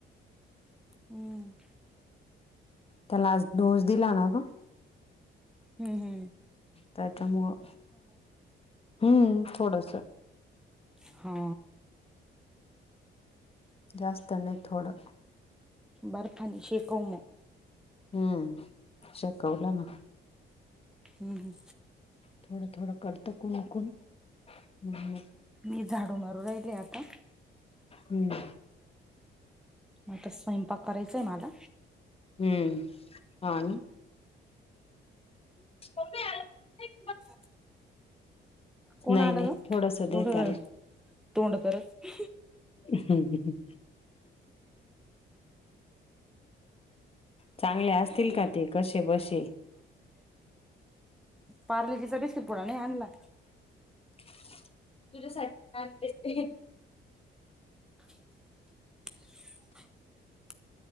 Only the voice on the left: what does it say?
त्या लास्टडोज दिला ना ग.
त्याच्यामुळं हम्म थोडस.
जास्त नाही थोडं.
हम्म शिकवलं ना.
थोडं थोडं करत कुंकुण म्ह
हम्म.
हम्म हा. हो्.
नाही
नाही
थोडास
देतल.
हम्म. चांगले असतील का ते कसे बसे.
तुझ्यासाठी?